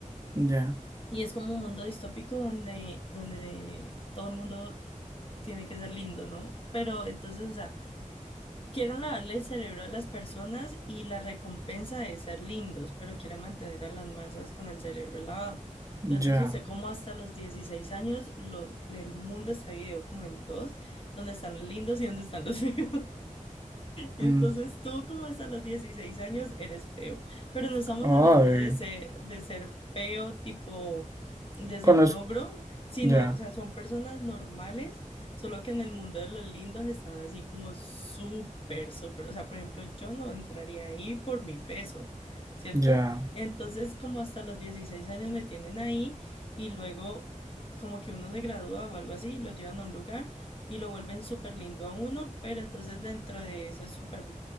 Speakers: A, on the right; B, on the left.
A: Ya,
B: Y es como un mundo distópico donde, donde todo el mundo tiene que ser lindo, ¿no? Pero entonces, o sea, Quieren lavarle el cerebro a las personas y la recompensa de ser lindos, pero quieren mantener a las masas con el cerebro lavado. Entonces,
A: ya.
B: usted como hasta los 16 años, los, el mundo está dividido como en dos, donde están los lindos y donde están los <laughs> feos. Entonces
A: mm,
B: tú como hasta los 16 años eres feo, pero no estamos
A: Ay,
B: hablando de ser, de ser feo tipo de ser
A: con los,
B: un ogro, sino,
A: ya,
B: o sea, son personas normales, solo que en el mundo de los lindos están así como súper, súper, o sea, por ejemplo, yo no entraría ahí por mi peso, ¿cierto?
A: ya.
B: Entonces como hasta los 16 años me tienen ahí y luego como que uno se gradúa o algo así, lo llevan a un lugar y lo vuelven súper lindo a uno, pero entonces dentro de eso es súper,